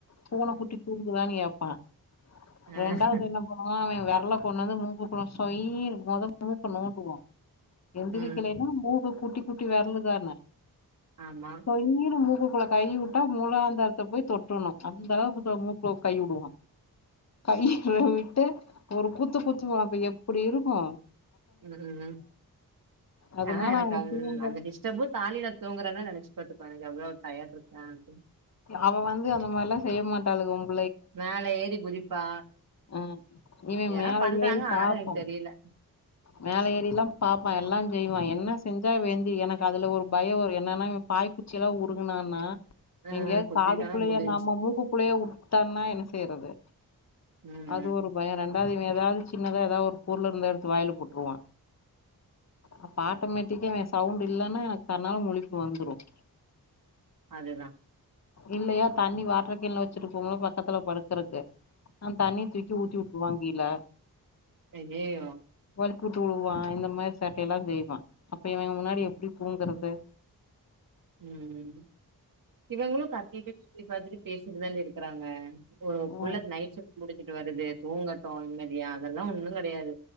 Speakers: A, on the left; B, on the right.
A: பூன குட்டி தூங்குதானு கேப்பா
B: ம்,
A: ரெண்டாவது என்ன பன்னுவா பைய விரல கொண்டந்து மூக்குக்குள்ள சொய்னு முத மூக்க நோண்ட்டுவோ எந்திரக்கலினா
B: ம்.
A: மூக் கு குட்டி குட்டி வெரலுதான
B: ஆமா.
A: சொய்னு மூக்குக்கு குள்ள கை வுட்டா மூலாந்தாரத்த போய் தொட்றுணும் அந்தளவுக்கு மூக்ல கை வுடுவா கை ற விட்டு ஒரு குத்து குத்துவா அப்ப எப்பிடியிருக்கும்
B: ம் ம் ம்
A: அதனால
B: ஆனா எனக்கு
A: அவ
B: அ
A: தூங்கி
B: அந்த டிஸ்டர்பும் தாலில தூங்குறேனா நினைச்சு பாத்த எவ்ளோ டயட்லருக்கான்டு
A: அவ வந்து அந்த மாரிலா செய்யமாட்டாளுக உங்க
B: மேல ஏறி குதிப்பா
A: ஆ இவ
B: எலா
A: மேல
B: பண்றாங்க
A: ஏறி
B: ஆனாலும்
A: பாப்பா
B: எனக்கு தெரில
A: மேல ஏறிலாம் பாப்பா எல்லாஞ்செய்வா என்ன செஞ்சா வேந்தி எனக்கு அதுல ஒரு பயம் ஒரு என்னனா பாய்க்குச்சிலா உருங்கனான்னா
B: அ
A: எங்கிய
B: குத்திட்டோனா
A: காதுக்குள்ளைய
B: முடிஞ்ச்சு.
A: நாம மூக்குக்குள்ளைய உட்டானா என்ன செய்றது
B: ம்.
A: அது ஒரு பயம் ரெண்டாவது இவ ஏதாது சின்னதா ஏதா ஒரு பொருலுருந்தா எடுத் த்து வாயில போட்டுருவா அப்ப ஆட்டோமேட்டிக்கா சவுண்டு இல்லனா எனக்கு தன்னால முழிப்பு வந்துரும்
B: அதுதா
A: இல்லையா தண்ணி வாட்டர் கேன்ல வச்சிருப்போம்ல பக்கத்ல படுக்கறக்கு அ தண்ணி தூக்கி ஊத்தி வுட்ருவாங்கீழ
B: ஐயையோ
A: வழிக்கூட்டு வுலுவா இந்த மாரி சேட்டைலா செய்வா அப்ப இவ முன்னாடி எப்டி தூங்கறது
B: ம் இவங்ளும் கத்திட்டு சொல்லி பார்த்துட்டு பேசிட்டுதானே இருக்கறாங்க ஒரு புள்ள
A: ம்
B: நைட் சிப்ட் முடிச்சுட்டு வருது தூங்கட்டும் நிம்மதியா அதெல்லாம் ஒன்னும் கிடையாது